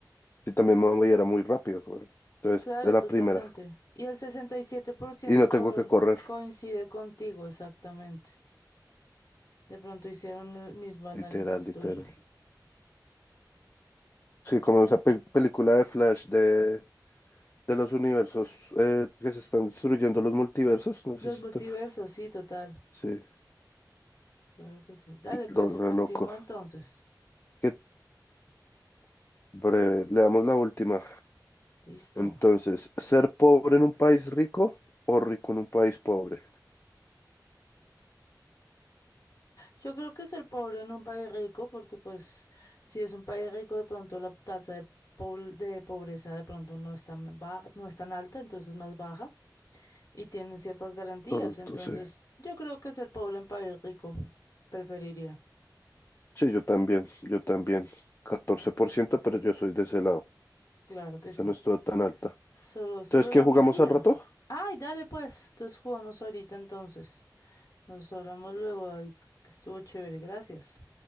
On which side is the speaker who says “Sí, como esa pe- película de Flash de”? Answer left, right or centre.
Left